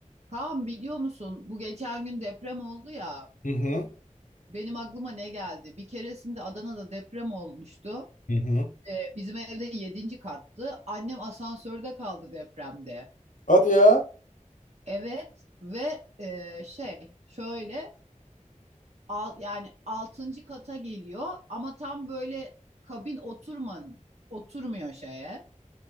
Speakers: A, on the right; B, on the left.
A: Kaan biliyor musun bu geçen gün deprem oldu ya
B: Hı hı.
A: benim aklıma ne geldi? Bir keresinde Adana'da deprem olmuştu.
B: Hı hı.
A: Ee, bizim evde yedinci kattı. Annem asansörde kaldı depremde.
B: Hadi ya.
A: Evet ve e, şey şöyle al, yani 6. kata geliyor ama tam böyle kabin oturmanın oturmuyor şeye.